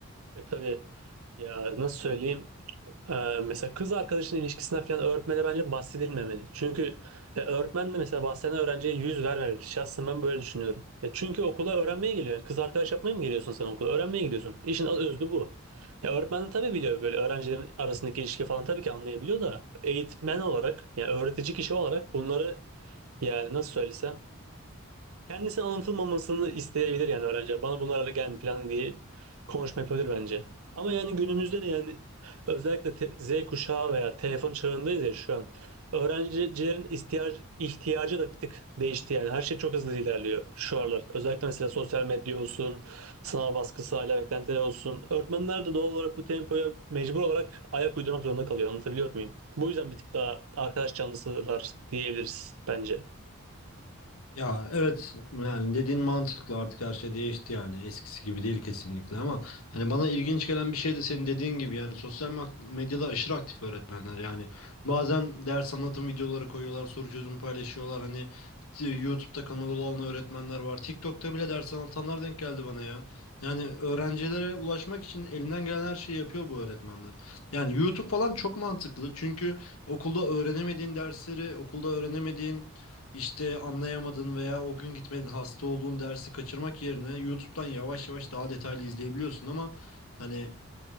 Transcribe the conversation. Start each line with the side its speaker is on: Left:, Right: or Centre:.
Right: E, tabii ya nasıl söyleyeyim? E, mesela kız arkadaşının ilişkisine falan öğretmene bence bahsedilmemeli. Çünkü e, öğretmen de mesela bahseden öğrenciye yüz vermemeli. Şahsen ben böyle düşünüyorum. Ya çünkü okula öğrenmeye geliyor. Yani kız arkadaş yapmaya mı geliyorsun sen okula? Öğrenmeye gidiyorsun. İşin özü bu. Ya öğretmen de tabii biliyor böyle öğrencilerin arasındaki ilişki falan tabii ki anlayabiliyor da eğitmen olarak yani öğretici kişi olarak bunları Yani nasıl söylesem kendisi anlatılmamasını isteyebilir yani öğrenci. Bana bunlara da gelme falan diye konuşma yapabilir bence. Ama yani günümüzde de yani özellikle te- Z kuşağı veya telefon çağındayız ya şu an. Öğrencilerin ihtiyar, ihtiyacı da bir tık değişti yani. Her şey çok hızlı ilerliyor şu aralar. Özellikle mesela sosyal medya olsun, sınav baskısı, aile beklentileri olsun. Öğretmenler de doğal olarak bu tempoya mecbur olarak ayak uydurmak zorunda kalıyor. Anlatabiliyor muyum? Bu yüzden bir tık daha arkadaş canlısılar diyebiliriz bence.
Left: Ya evet yani dediğin mantıklı artık her şey değişti yani eskisi gibi değil kesinlikle ama hani bana ilginç gelen bir şey de senin dediğin gibi yani sosyal mak- medyada aşırı aktif öğretmenler yani bazen ders anlatım videoları koyuyorlar soru çözüm paylaşıyorlar hani t- YouTube'da kanalı olan öğretmenler var TikTok'ta bile ders anlatanlar denk geldi bana ya yani öğrencilere ulaşmak için elinden gelen her şeyi yapıyor bu öğretmenler yani YouTube falan çok mantıklı çünkü okulda öğrenemediğin dersleri okulda öğrenemediğin işte anlayamadın veya o gün gitmedin hasta olduğun dersi kaçırmak yerine YouTube'dan yavaş yavaş daha detaylı izleyebiliyorsun ama hani